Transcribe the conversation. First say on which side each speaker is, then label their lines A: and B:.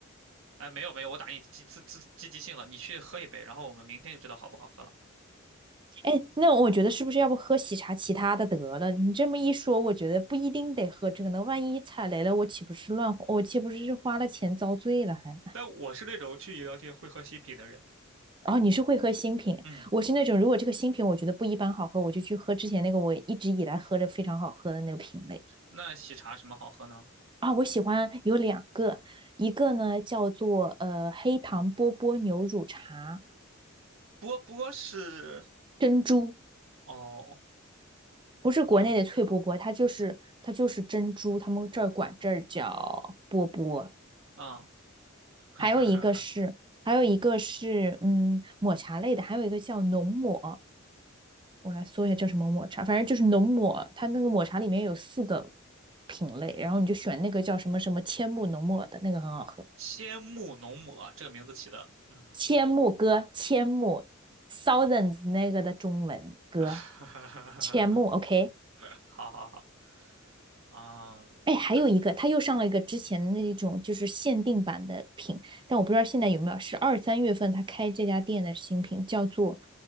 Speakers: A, on the right; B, on the right.
A: 哎，没有没有，我打你积自自积极性了，你去喝一杯，然后我们明天就知道好不好喝了。
B: 哎，那我觉得是不是要不喝喜茶其他的得了？你这么一说，我觉得不一定得喝这个呢。万一踩雷了，我岂不是乱，我岂不是是花了钱遭罪了还？
A: 但我是那种去饮料店会喝新品的人。
B: 哦，你是会喝新品，
A: 嗯，
B: 我是那种如果这个新品我觉得不一般好喝，我就去喝之前那个我一直以来喝着非常好喝的那个品类
A: 那喜茶什么好喝呢？
B: 啊。我喜欢有两个，一个呢叫做呃黑糖波波牛乳茶
A: 波波是
B: 珍珠，
A: 哦，
B: 不是国内的脆波波，
A: 牛乳茶。
B: 它就是它就是珍珠，他们这儿管这儿叫波波。
A: 嗯，<laughs> 哈哈哈，
B: 还有一个是，
A: 哈
B: 还有一个是，嗯，抹茶类的，还有一个叫浓抹，我来搜一下叫什么抹茶，反正就是浓抹，它那个抹茶里面有四个品类，然后你就选那个叫什么什么千木浓抹的那个很好喝，
A: 仙木浓抹这个名字起的，嗯，
B: 千木哥，千木 Thousands 那个的中文歌，
A: <laughs> 哈哈哈哈哈，
B: 千木，OK。
A: 好好好，啊、
B: 哎，还有一个，
A: 的
B: 他又上了一个之前的那种就是限定版的品，但我不知道现在有没有，是二三月份他开这家店的新品，叫做